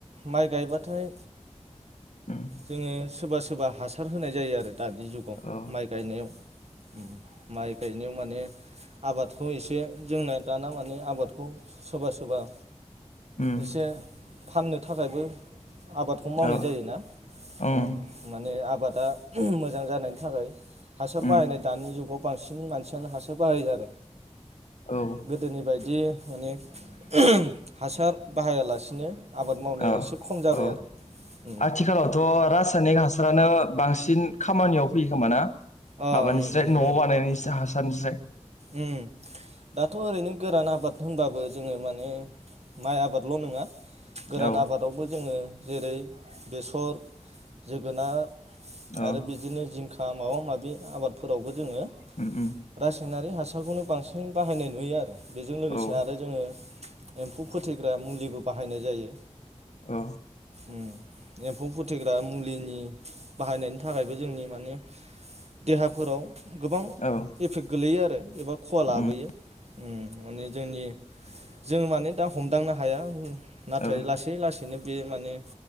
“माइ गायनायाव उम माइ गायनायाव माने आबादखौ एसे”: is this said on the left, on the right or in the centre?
Right